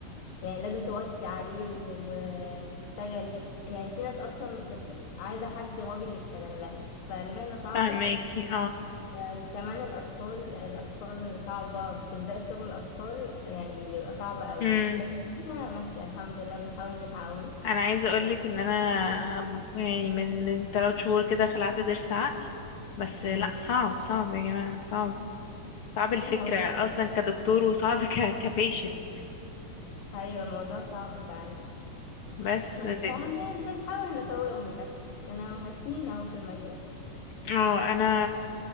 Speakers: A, on the left; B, on the left.
A: يعني لازم توطي عليه و... و... وتشتغلي يعني في ناس اصلا بت... عايزة حد راجل يشتغل لها فالمهنة صعبة
B: فهماكي
A: وكمان الأطفال الأطفال صعبة بالذات شغل الأطفال يعني بيبقى صعب قوي
B: اه
A: بس أنا ماشية الحمد لله بنحاول نتعود
B: انا عايزه اقولك ان انا يعني من من ثلاث شهور كده خلعت ضرس عقل بس
A: مم.
B: لا صعب صعب يا جماعه صعب صعب الفكره
A: هو-
B: اصلا كدكتور وصعب <laughs> ك كبيشنت
A: أيوة الموضوع صعب فعلا
B: بس
A: بس
B: د-
A: أهم يعني بنحاول نطور من نفسنا وماشيين أهو في المجال
B: اه انا